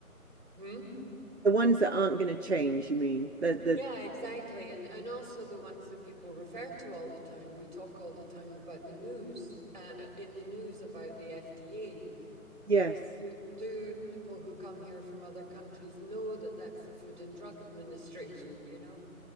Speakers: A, on the right (about 30°); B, on the right (about 50°).
A: them. Hmm?
B: the ones that aren't going to change, you mean? The the
A: Yeah, exactly. And and also the ones that people refer to all the time. We talk all the time about the news, uh, uh, in the news about the FDA.
B: yes.
A: Do, do people who come here from other countries know that that's the Food and Drug Administration, you know?